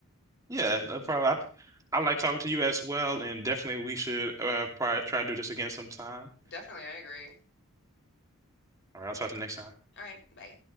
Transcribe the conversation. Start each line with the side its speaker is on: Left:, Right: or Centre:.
Right: Yeah, no problem. I, I like talking to you as well, and definitely we should uh probably try to do this again sometime.
Left: Definitely, I agree.
Right: All right, I'll talk to you next time.
Left: All right, bye.